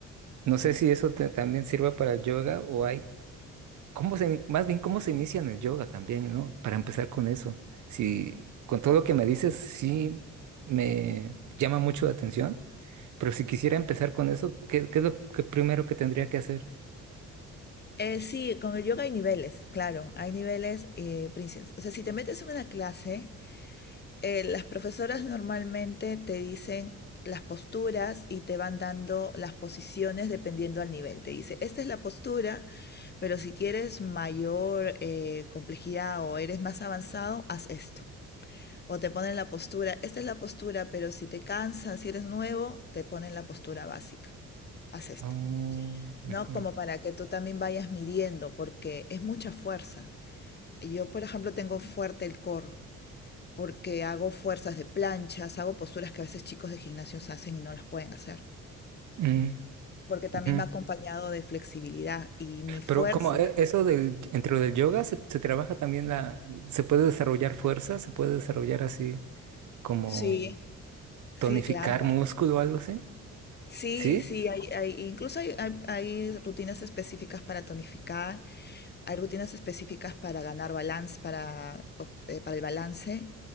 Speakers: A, on the right; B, on the left.
A: No sé si eso te- también sirva para el yoga o hay ¿Cómo se, ini- más bien cómo se inicia en el yoga también, ¿no? Para empezar con eso. Si con todo lo que me dices, sí me llama mucho la atención, pero si quisiera empezar con eso, ¿qué, qué es lo que primero que tendría que hacer?
B: Eh, sí, con el yoga hay niveles, claro, hay niveles, eh, princi- o sea, si te metes en una clase... eh, las profesoras normalmente te dicen las posturas y te van dando las posiciones dependiendo al nivel. Te dice, esta es la postura, pero si quieres mayor eh, complejidad o eres más avanzado, haz esto. O te ponen la postura, esta es la postura, pero si te cansan, si eres nuevo, te ponen la postura básica. Haz esto.
A: Oh, ujú,
B: ¿No? Como para que tú también vayas midiendo, porque es mucha fuerza. Yo, por ejemplo, tengo fuerte el core porque hago fuerzas de planchas, hago posturas que a veces chicos de gimnasios hacen y no las pueden hacer,
A: mm,
B: porque también
A: ujú.
B: va acompañado de flexibilidad y mi fuerza.
A: Pero como e- eso del, dentro del yoga se, se trabaja también la, se puede desarrollar fuerza, se puede desarrollar así como
B: Sí, sí,
A: tonificar
B: claro.
A: músculo o algo así,
B: Sí,
A: ¿sí?
B: sí, hay, hay- incluso hay, hay- hay rutinas específicas para tonificar, hay rutinas específicas para ganar balance, para, op- eh, para el balance